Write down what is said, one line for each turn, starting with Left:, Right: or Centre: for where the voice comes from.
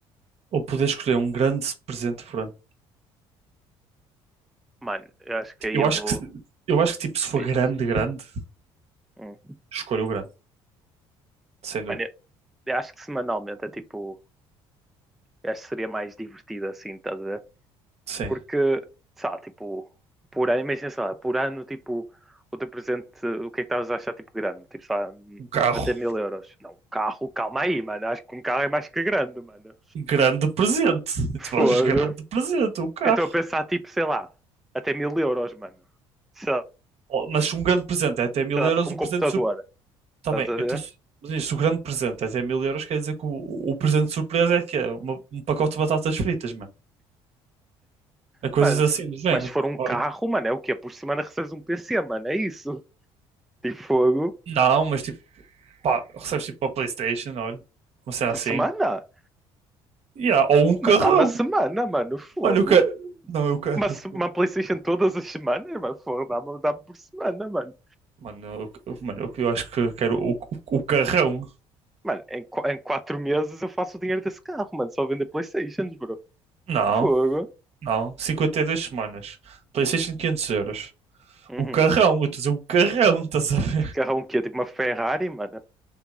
Right: ou poder escolher um grande presente por ano?
Centre: Mano, eu acho que
Right: Tipo,
Centre: aí
Right: eu
Centre: eu
Right: acho
Centre: vou.
Right: que, eu acho que tipo, se for
Centre: Beijos.
Right: grande, grande,
Centre: Hum.
Right: escolho o grande, sem dúvida.
Centre: Mano, eu, eu acho que semanalmente é tipo. eu Acho que seria mais divertido assim, estás a ver?
Right: Sim,
Centre: Porque, sabe, tipo, por ano, imagina, sei lá, por ano, tipo, o teu presente, o que é que estavas a achar, tipo, grande? Tipo, sei lá, hum,
Right: um carro,
Centre: tipo, até mil euros. Não, um carro, calma aí, mano. Acho que um carro é mais que grande, mano.
Right: grande presente.
Centre: Fogo.
Right: Tipo, grande presente, um carro.
Centre: Eu estou a pensar, tipo, sei lá, até mil euros, mano. Sei lá,
Right: Oh, mas se um grande presente é até mil
Centre: sei lá,
Right: euros,
Centre: tipo, um
Right: o
Centre: computador,
Right: presente surpresa. Está
Centre: estás
Right: bem,
Centre: a ver?
Right: então se mas se o grande presente é até mil euros, quer dizer que o, o presente surpresa é que é uma- um pacote de batatas fritas, mano. É coisas
Centre: Mano,
Right: assim do género.
Centre: mas se for um
Right: Olha,
Centre: carro, mano, é o quê? Por semana recebes um PC, mano, é isso. Tipo, fogo.
Right: não, mas tipo, pá, recebes tipo uma PlayStation, olha, uma cena
Centre: Por
Right: assim.
Centre: semana?
Right: Yeah, ou um carrão.
Centre: Mano, dá uma semana, mano, fogo.
Right: Mano, eu quero. Não, eu quero.
Centre: Uma, se-
Right: eu-
Centre: uma
Right: eu-
Centre: PlayStation todas as semanas, mano, fogo, dá-me dá-me por semana, mano.
Right: Mano, eu, eu- mano, eu, eu acho que eu quero o, o, o carrão.
Centre: Mano, em, qu- em quatro meses eu faço o dinheiro desse carro, mano, só vender PlayStations, bro.
Right: Não,
Centre: Fogo.
Right: não. 52 semanas. PlayStation 500 euros.
Centre: Uhum.
Right: O carrão, eu estou a dizer o carrão, estás a ver?
Centre: Carrão o quê? Tipo uma Ferrari, mano?